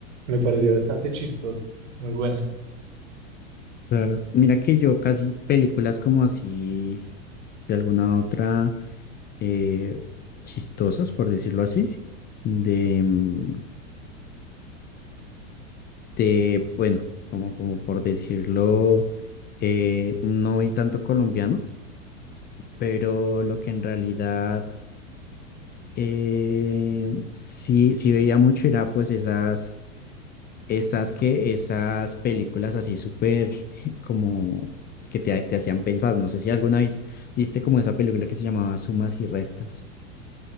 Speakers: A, on the right; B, on the left.
A: Me pareció bastante chistoso, muy buena.
B: Claro, mira que yo casi películas como así de alguna otra. eh, chistosas, por decirlo así, de, mm, de, bueno, como, como por decirlo, eh, no vi tanto colombiano, pero lo que en realidad eh, sí, sí veía mucho era pues esas, esas que, esas películas así súper <laughs> como que te, te hacían pensar, no sé si alguna vez viste como esa película que se llamaba Sumas y Restas,